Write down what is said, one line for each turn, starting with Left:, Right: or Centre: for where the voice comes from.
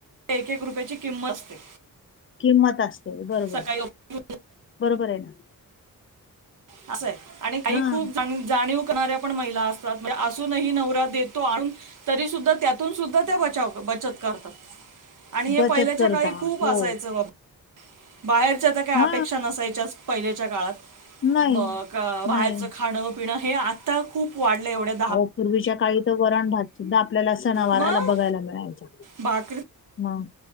Right: एक- एक रुपयाची किंमत असते.
Left: किंमत असते बरोबर-
Right: सकाळी
Left: बरोबर आहे ना.
Right: आसं आहे. आणि काही
Left: हा
Right: खूप जाणीव शीकणाऱ्या पण महिला असतात. म्हणजे असूनही नवरा देतो आणून. तरी सुद्धा त्यातून सुद्धा त्या बचाव बचत करतात. आणि हे
Left: बचत
Right: पहिल्याच्या
Left: करता
Right: काळी खूप
Left: हो
Right: असायचं बा बाहेरच्या तर काय
Left: हा
Right: अपेक्षा नसायच्यास पहिलेच्या काळात
Left: नाही
Right: ब क बाहेरच
Left: नाही
Right: खाणं पिणं हे आता खूप वाढलं एवढ्यात.
Left: हो पूर्वीच्या काळी तर वरण भात सुद्धा आपल्याला सणावाराला
Right: मग
Left: बघायला मिळायच्या
Right: भाकरी
Left: मग.